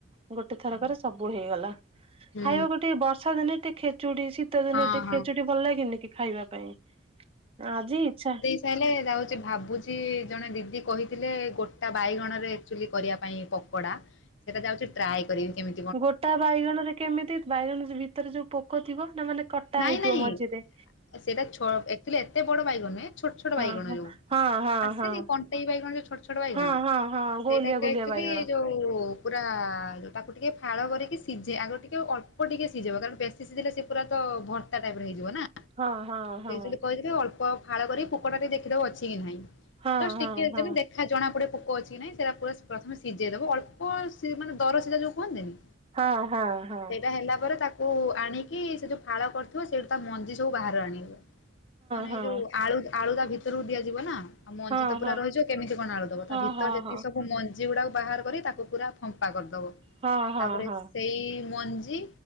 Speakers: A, on the right (about 30°); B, on the left (about 75°).
A: ଗୋଟେ
B: ହଁ,
A: ଥରକରେ
B: ହଁ।
A: ସବୁ ହେଇଗଲା।
B: ହୁଁ
A: ଖାଇବାକୁ ଟିକେ ବର୍ଷା ଦିନେ ଟିକେ ଖେଚୁଡି ଶି ଶୀତ ଦିନ
B: ହଁ
A: ଟିକେ
B: ହଁ
A: ଖେଚୁଡ଼ି ଭଲ ଲାଗେନି କି? ଖାଇବା ପାଇଁ ଆଜି ଇଚ୍ଛା।
B: ତାହେଲେ ଯାଉଛି ଭାବୁଛି। ଜଣେ ଦିଦି କହିଥିଲେ, ଗୋଟା ବାଇଗଣରେ ଏକ୍ଚୁଲି କରିବା ପାଇଁ ପ କଡା, ସେଇଟା ଯାଉଛି ଟ୍ରାଏ କରିବି କେମି
A: ଗୋଟା ବାଇଗଣ ରେ କେମିତି ବାଇଗଣ ଭିତରେ ଯୋଉ ପୋକ ଥିବ ନା ମାନେ କଟା
B: ନାଇଁ
A: ହେଇଥିବ
B: ନାଇଁ
A: ମଝିରେ।
B: ସେଇଟା ଛୋ ଏକ୍ଚୁଲି ଏତେ ବଡ ବାଇଗଣ ନୁହେଁ ଛୋଟ୍ ଛୋଟ୍
A: ହଁ
B: ବାଇଗଣ
A: ହଁ
B: ଯୋଉ
A: ହଁ ହଁ
B: ଆସେନି
A: ହଁ।
B: କ ସେଇ ବାଇଗଣ ଯୋଉ ଛୋଟ ଛୋଟ ବାଇଗଣ
A: ହଁ ହଁ ହଁ
B: ସେଇଟାକୁ
A: ଗୋଲିଆ ଗୋଲିଆ
B: ଅଚ୍ତୁଅଲ୍ଲି
A: ବାଇଗଣ
B: ଯୋଉ ପୁରା ତାକୁ ଟିକେ ଫାଳ କରିକି ସିଝେ ଆଗରୁ ଟିକେ ଅଳ୍ପ ଟିକେ ସିଝିବ କାରଣ ବେଶୀ ସିଝିଲେ ସେ ପୁରା ତ ଭର୍ତ୍ତା ଟାଇପର ହେଇଯିବ ନା
A: ହଁ ହଁ। ହଁ
B: ସେ କହିି ଅଳ୍ପ ଫାଳ କରିିକ ପୋକଟା ଦେଖିଦବ ଅଛି କି ନାହିଁ
A: ହଁ
B: ଜଷ୍ଟ
A: ହଁ
B: ଟିକେ
A: ହଁ।
B: ତାହା ଜଣା ପଡେ ପୋକ ଅଛି ନାଇଁ ସେଇଟା ପ୍ରଥମେ ସିଝେଇଦବ ଅଳ୍ପ ଦର ସିଜା ଯୋଉ କୁହନ୍ତିନି
A: ହଁ ହଁ ହଁ
B: ସେଇଟା ହେଲା ପରେ ତାକୁ କୁ ଆଣିକି ସେ ଯୋଉ ଫାଳ କରିଥିବ ସେଇଠୁ ତା ମଞ୍ଜି ସବୁ ବାହାରୁ ଆଣିବ। ନ ନେଇ
A: ହଁ ହଁ
B: ଯୋଉ ଆଳୁ ଆଳୁ ତା ଭିତରକୁ ଦିଆଯିବ ନା। ଆଉ ମଞ୍ଜିିତ
A: ହଁ ହଁ
B: ପୁରା ରହିଛ କେମିତି କଣ ଆଳୁ ଦବ ତା
A: ହଁ
B: ଭିତରେ
A: ହଁ
B: ଯେତିକ
A: ହଁ।
B: ସବୁମ ମଜୀ ଗୁଡାକୁ ବାହାର କରି ତାକୁ ପୁରା ଫମ୍ପା କରିଦବ
A: ହଁ ହଁ
B: ତାପରେ
A: ହଁ
B: ସେଇ ମଞ୍ଜି